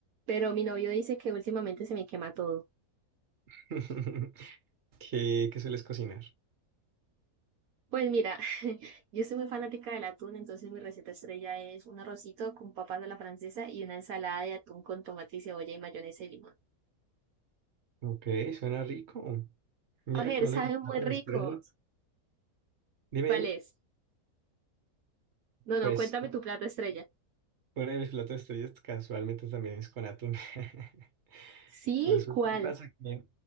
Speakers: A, on the right; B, on the right.
A: pero mi novio dice que últimamente se me quema todo.
B: <laughs> ¿Qué, qué sueles cocinar?
A: Pues mira, <laughs> yo soy muy fanática del atún, entonces mi receta estrella es un arrocito con papas a la francesa y una ensalada de atún con tomate y cebolla y mayonesa y limón.
B: Ok, suena rico. Mira
A: A ver,
B: que uno
A: <laughs> sabe
B: de mis platos
A: muy rico.
B: de estrellas. Dime,
A: ¿Cuál
B: dime.
A: es? No,
B: Pues
A: no, cuéntame tu plato estrella.
B: uno de mis platos de estrellas casualmente también es con atún. <laughs>
A: Sí,
B: Resulta
A: ¿cuál?
B: que pasa que